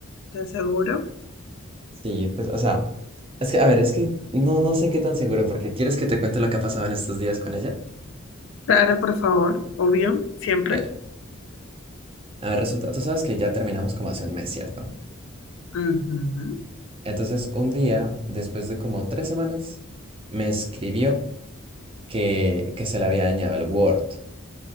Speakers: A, on the left (about 60°); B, on the right (about 25°).
A: ¿Te aseguro?
B: Sí, pues, o sea, es que, a ver, es que no, no sé qué tan seguro, porque ¿quieres que te cuente lo que ha pasado en estos días con ella?
A: Claro, por favor, obvio, siempre.
B: A ver, a ver, resulta, tú sabes que ya terminamos como hace un mes, ¿cierto?
A: Ujú,
B: Entonces, un día, después de como tres semanas, me escribió que, que se le había dañado el Word.